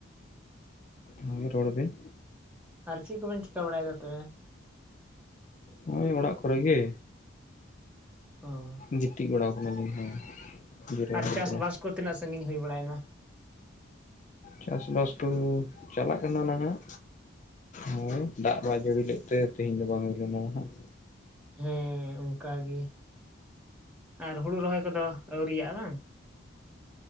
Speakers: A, on the left; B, in the centre.
A: ᱦᱩᱸ ᱨᱚᱲ ᱵᱮᱱ᱾
B: ᱟᱨ ᱪᱤᱫ ᱠᱚ ᱵᱤᱱ ᱪᱮᱠᱟᱭ ᱵᱟᱲᱟᱭ ᱫᱟ ᱛᱚᱵᱮ?
A: ᱱᱚᱜᱼᱚᱭ ᱚᱲᱟᱜ ᱠᱚᱨᱮ ᱜᱮ,
B: ᱚ
A: ᱜᱤᱛᱤᱡ ᱵᱟᱲᱟᱣ ᱟᱠᱟᱱᱟᱞᱤᱧ ᱦᱮᱸ᱾ ᱡᱤᱨᱟᱹᱣ ᱦᱩᱭ
B: ᱟᱨ ᱪᱟᱥ
A: ᱟᱠᱟᱱᱟ
B: ᱵᱟᱥ ᱠᱚ ᱛᱤᱱᱟᱹᱜ ᱥᱟᱺᱜᱤᱧ ᱦᱩᱭ ᱵᱟᱲᱟᱭᱮᱱᱟ?
A: ᱪᱟᱥ-ᱵᱟᱥ ᱠᱚ ᱪᱟᱞᱟᱜ ᱠᱟᱱᱟ ᱱᱟᱦᱟᱜ᱾ ᱦᱳᱭ ᱫᱟᱜ ᱵᱟᱭ ᱡᱟᱹᱲᱤ ᱞᱮᱫ ᱛᱮ ᱛᱮᱦᱤᱧ ᱫᱚ ᱵᱟᱝ ᱦᱩᱭ ᱞᱮᱱᱟ ᱱᱟᱦᱟᱸᱜ᱾
B: ᱦᱮᱸ ᱚᱱᱠᱟᱜᱮ ᱟᱨ ᱦᱩᱲᱩ ᱨᱚᱦᱚᱭ ᱠᱚᱫᱚ, ᱟᱹᱣᱨᱤᱭᱟᱜᱼᱟ ᱵᱟᱝ?